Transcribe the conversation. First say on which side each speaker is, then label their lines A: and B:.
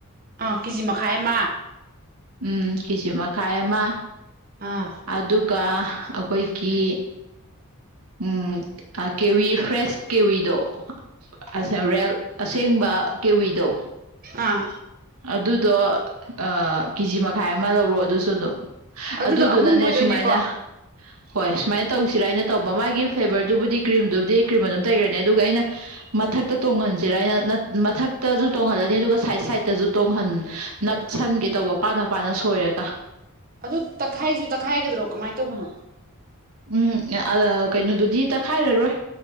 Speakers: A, on the right (about 40°); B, on the right (about 85°).
A: ꯑꯥ ꯀꯤꯖꯤ ꯃꯈꯥꯢ ꯑꯃ
B: ꯎꯝ ꯀꯦꯖꯤ ꯃꯈꯥꯢ ꯑꯃ
A: ꯑꯥ
B: ꯑꯗꯨꯒ ꯑꯩꯈꯣꯢꯒꯤ ꯎꯝ ꯑꯥ ꯀꯦꯋꯤ ꯐ꯭ꯔꯦꯁ ꯀꯦꯋꯤꯗꯣ ꯑꯥ ꯁꯦꯔꯦꯜ ꯑꯁꯦꯡꯕ ꯀꯦꯋꯤꯗꯣ
A: ꯑꯥ
B: ꯑꯗꯨꯗꯣ ꯑꯥ ꯀꯦꯖꯤ ꯃꯈꯥꯢ ꯑꯃ ꯂꯧꯔꯣ ꯑꯗꯨꯁꯨ ꯑꯗꯨꯝ
A: ꯑꯗꯨꯗꯣ
B: ꯑꯗꯨꯗꯨꯅꯅꯦ
A: ꯑꯃꯨꯟꯕ ꯑꯣꯏꯗꯣꯏꯅꯦꯀꯣ
B: ꯁꯨꯃꯥꯢꯅ ꯍꯣꯢ ꯁꯨꯃꯥꯢꯅ ꯇꯧꯁꯤꯔꯥ ꯅ ꯇꯧꯕ ꯃꯥꯒꯤ ꯐ꯭ꯂꯦꯕꯔꯗꯨꯕꯨꯗꯤ ꯀ꯭ꯔꯤꯝꯗꯨꯕꯨꯗꯤ ꯀ꯭ꯔꯤꯝ ꯑꯗꯨꯝ ꯇꯩꯒ꯭ꯔꯅꯤ ꯑꯗꯨꯒ ꯑꯩꯅ ꯃꯊꯛꯇ ꯇꯣꯡꯍꯟꯁꯤꯔꯅ ꯅꯠ ꯃꯊꯛꯇꯖꯨ ꯇꯣꯡꯍꯜꯂꯅꯤ ꯑꯗꯨꯒ ꯁꯥꯢꯗꯠ ꯁꯥꯢꯗꯠꯇꯖꯨ ꯇꯣꯡꯍꯟ ꯅꯞꯁꯟꯒꯦ ꯇꯧꯕ ꯄꯥꯅ ꯄꯥꯅ ꯁꯣꯢꯔꯒ
A: ꯑꯗꯨ ꯇꯛꯈꯥꯢꯖꯨ ꯇꯛꯈꯥꯢꯒꯗ꯭ꯔꯣ ꯀꯃꯥꯢ ꯇꯧꯕꯅꯣ
B: ꯎꯝ ꯑꯥ ꯑꯥ ꯀꯩꯅꯣꯗꯨꯗꯤ ꯇꯛꯈꯥꯢꯔꯔꯣꯢ